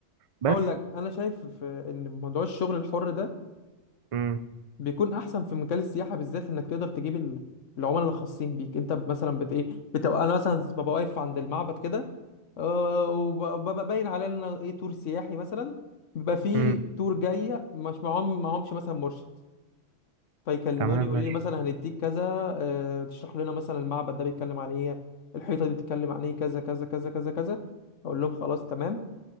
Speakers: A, on the right; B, on the left.
A: بس
B: هقول لك انا شايف في- ان موضوع الشغل الحر ده
A: امم
B: بيكون احسن في مجال السياحه بالذات انك تقدر تجيب ال- العملاء اللي خاصين بيك انت ب- مثلا بت ايه بتبقى انا مثلا ببقى واقف عند المعبد كده آه، وب- وببقى باين عليا ان أنا ايه تور سياحي مثلا بيبقى فيه
A: امم
B: تور جايه مش معاهم معاهمش مثلا مرشد فيكلموني
A: تمام
B: يقول
A: ماشي
B: لي مثلا هنديك كذا آه، تشرح لنا مثلا المعبد ده بيتكلم عن ايه الحيطه دي بتتكلم عن ايه كذا كذا كذا كذا كذا اقول لهم خلاص تمام